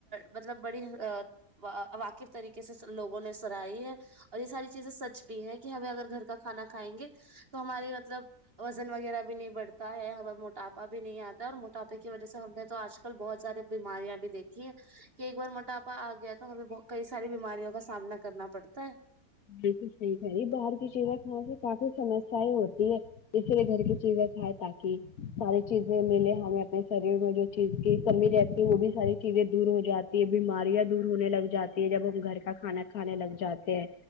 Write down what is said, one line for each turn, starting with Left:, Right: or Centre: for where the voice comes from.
Right: مطلب بڑی واقف طریقے سے لوگوں نے سرائی ہے اور یہ ساری چیزیں سچ بھی ہیں کہ ہمیں اگر گھر کا کھانا کھائیں گے تو ہماری مطلب وزن وغیرہ بھی نہیں بڑھتا ہے ہم موٹاپا بھی نہیں آتا اور موٹاپے کی وجہ سے ہم نے تو آج کل بہت ساری بیماریاں بھی دیکھی ہیں کہ ایک بار موٹاپا آ گیا تو ہمیں کئی ساری بیماریوں کا سامنا کرنا پڑتا ہے
Left: بالکل ییک ہے یہ باہر کی چیزیں کھانے سے کافی سمسیا ہوتی اس لیے گھر کی چیزیں کھائائے تاکہ ساری چیزیں ملیں ہمیں اپنے شریر میں جو چیز کی کمی رہتی ہے وہ بھی ساری چیزیں دور ہو جاتی یہ بیماریاں دور ہونے لگ جاتی ہے جب ہم گھر کا کھانا کھانے لگ جاتے ہیں